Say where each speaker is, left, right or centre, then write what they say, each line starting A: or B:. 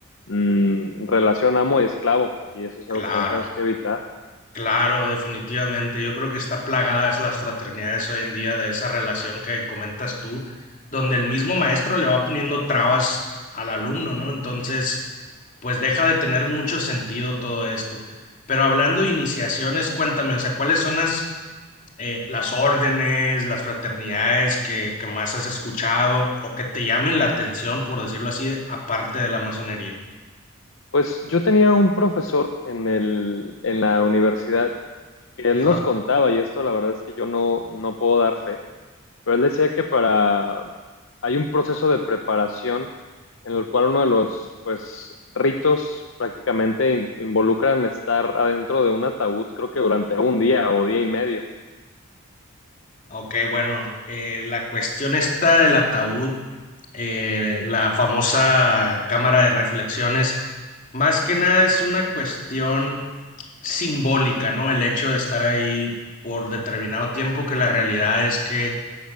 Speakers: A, on the left; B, on the left.
A: mm, relación amo y esclavo, y eso es
B: claro,
A: algo que también tenemos que evitar.
B: claro, definitivamente. Yo creo que está plagadas las fraternidades hoy en día de esa relación que comentas tú, donde el mismo maestro le va poniendo trabas al alumno, ¿no? Entonces, pues deja de tener mucho sentido todo esto. Pero hablando de iniciaciones, cuéntame, o sea, ¿cuáles son las eh, las órdenes, las fraternidades que, que más has escuchado o que te llamen la atención, por decirlo así, aparte de la masonería.
A: Pues yo tenía un profesor en el, en la universidad que
B: Ajá.
A: él nos contaba, y esto la verdad es que yo no, no puedo dar fe, pero él decía que para, hay un proceso de preparación en el cual uno de los, pues, ritos prácticamente in- involucran estar adentro de un ataúd, creo que durante un día o día y medio.
B: Ok, bueno, eh, la cuestión esta del ataúd, eh, la famosa cámara de reflexiones, más que nada es una cuestión simbólica, ¿no? El hecho de estar ahí por determinado tiempo, que la realidad es que